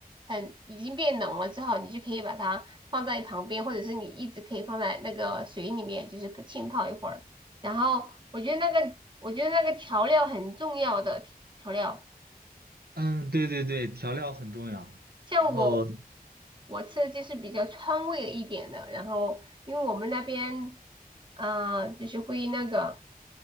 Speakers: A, on the right; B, on the right.
A: 很已经变冷了之后，你就可以把它放在旁边，或者是你一直可以放在那个水里面，就是不浸泡一会儿。然后我觉得那个我觉得那个调料很重要的调调料，
B: 嗯，对对对，调料很重要。
A: 像我
B: 然后
A: 我吃的就是比较川味一点的，然后因为我们那边啊、就是会那个